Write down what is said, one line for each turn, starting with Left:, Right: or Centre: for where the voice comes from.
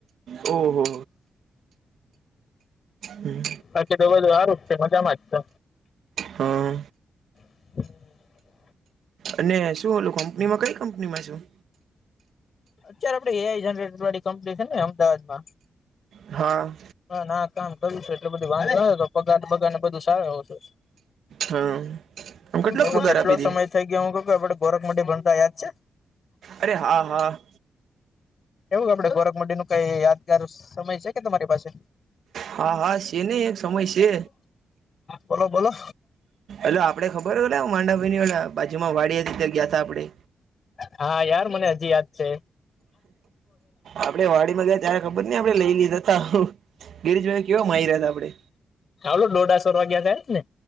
Right: ઓહ હમ
Left: બાકી તો સારું છે મજામાં જ છે.
Right: હા
Left: <inaudible>
Right: અને શું ઓલું કંપનીમાં કઈ કંપનીમાં શું?
Left: અત્યારે આપડે એઆઈ જનરેટ વાળી કંપની છે ને અમદાવાદ માં.
Right: હા
Left: હા ના કામ કર્યું છેું એટલે બધું વાંધ ન તો પગાર પગાર ને બધું સારું આવ છે.
Right: હા આમ કેટલોક
Left: એ તો
Right: પગાર
Left: કેટલો
Right: આપી દે
Left: સમય થઈ ગયા હું આપડે ગોરખ મઢ ભણતા યાદ છે?
Right: અરે હા હા
Left: એવું કે આપડે ગોરખ મડી નું કઈ યાદગાર સમય છે કે તમારી પાસે?
Right: હા હા છે ને એક સમય છે
Left: બોલો બોલો
Right: હલો આપડે ખબર ઓલે માંડા ભાઈની ઓ બાજુમાં વાડી હતી ત્યા ગયા હતા આપડે.
Left: હા યાર મને હજી યાદ છે.
Right: આપડે વાડી માં ગયા તારે ખબર નઈ આપડે લઈ લીધા ત ગિરિશભાઈ કેવા મારી રહ્યા હતા આપડે.
Left: હલોું ડોડાસો વાગ્યા તા એજ ને